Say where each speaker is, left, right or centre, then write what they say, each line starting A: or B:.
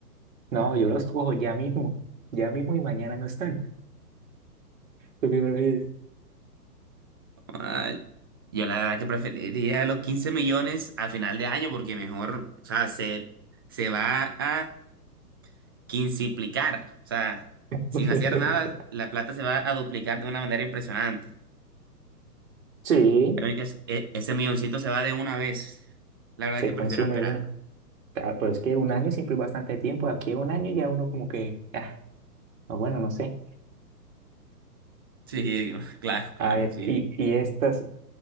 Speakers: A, on the right (about 55°); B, on the right (about 15°).
A: No, yo los cojo ya mismo. Ya mismo y mañana no están. ¿Tú qué prefieres?
B: Ay, yo la verdad que preferiría los 15 millones a final de año porque mejor, o sea, se, se va a quinciplicar, o sea, sin
A: <laughs>
B: hacer nada, la plata se va a duplicar de una manera impresionante.
A: Sí,
B: Ya ven que es- e- ese milloncito se va de una vez. La verdad
A: se
B: que
A: consume
B: prefiero esperar.
A: una. Ta- Pero es que un año siempre es bastante tiempo. Aquí un año ya uno como que, ah, o bueno, no sé.
B: Sí, <laughs> claro, claro,
A: A ver,
B: así
A: y,
B: es.
A: y estas